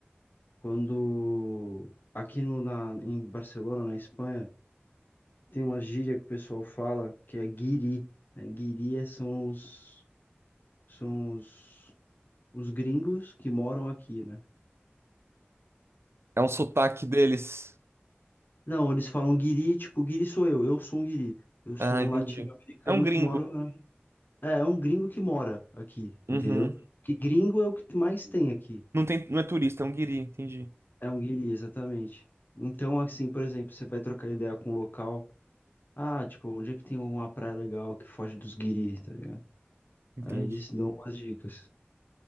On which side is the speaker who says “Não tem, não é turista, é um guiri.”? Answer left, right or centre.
Right